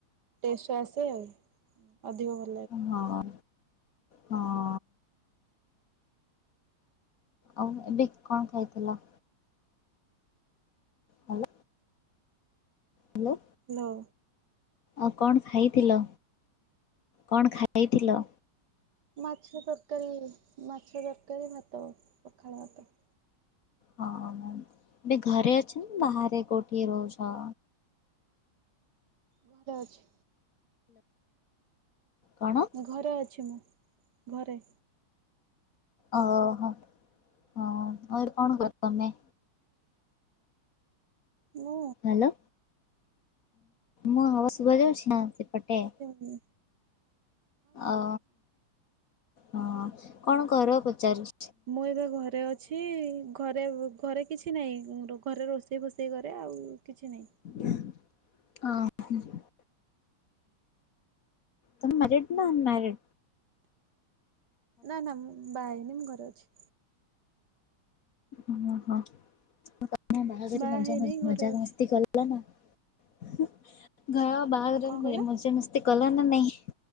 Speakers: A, on the right; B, on the left.
A: ଟେଷ୍ଟ ଆସେ ଅଧିକ ଭ
B: ହଁ ହଁ। ଆଉ ଏବେ କଣ ଖାଇଥିଲ? ହ୍ୟାଲୋ। ହ୍ୟାଲୋ।
A: ହାଲୋ।
B: ଆଉ କଣ ଖାଇଥିଲ, କଣ ଖାଇଥିଲ?
A: ମାଛ ତରକାରୀ, ମାଛ ତରକାରୀ ଭାତ ପଖାଳ ଭାତ।
B: ହଁ ଏବେ ଘରେ ଅଛ ନା ବାହାରେ କୋଉଠି ରହୁଛ।
A: ଘରେ ଅଛି।
B: କଣ।
A: ଘରେ ଅଛି ମୁଁ ଘରେ।
B: ଓହୋ ହ ଆଉ କଣ କର ତମେ।
A: ମୁଁ।
B: ହ୍ୟାଲୋ ମୋ ଆବାଜ ଶୁଭା ଯାଉଛି ନା ସେପଟେ।
A: ହୁଁ।
B: ଓ ହଁ କଣ କର ପଚାରୁ
A: ମୁଁ ଏବେ ଘରେ ଅଛି। ଘରେ ଘରେ କିଛି ନାହିଁ, ଘରେ ରୋଷେଇ ଫୋଷେଇ କରେ ଆଉ କିଛି ନାହିଁ।
B: ହଁ। <unintelligible> ତମେ ମ୍ୟାରଡ ନା ଅନମ୍ୟାରଡ?
A: ନା ନା ମୁଁ ବା ହେଇନି ମୁଁ ଘରେ ଅଛି।
B: ଓ ହୋ କ ବାହାଘ
A: ବାହା
B: ମଜା
A: ହେଇନାହିଁ ଘରେ
B: ମଜା ମସ୍ତି
A: ଅଛି
B: କଲ। ହେଲା ନା <unintelligible> ବାହାଘର ରେ
A: କଣ କହିଲ?
B: ମଜା ମସ୍ କଲ ନା ନାଇଁ